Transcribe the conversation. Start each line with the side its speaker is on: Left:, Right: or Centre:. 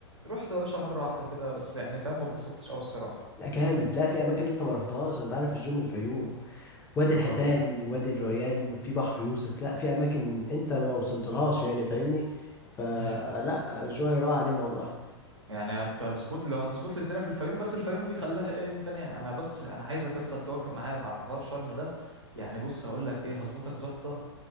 Right: رحت يا باشا مرة واحدة كده بس يعني فاهم ما اتبسطتش أوي الصراحة
Left: لا جامد لا في اماكن انت ما رحتهاش انت عارف الجو من الفيوم وادي
Right: اه
Left: الحيتان وادي الريان وفي بحر يوسف لا في اماكن انت ما وصلتلهاش يعني فاهمني فلا
Right: امم
Left: الجو هيروق علينا والله
Right: يعني هت- هتظبط لو هتظبط لي الدنيا في الفيوم بس الفيوم دي خليها ايه يوم تاني انا بس انا عايزك لسه توافق معايا على حوار شرم ده يعني بص هقول لك ايه هظبطك ظابطه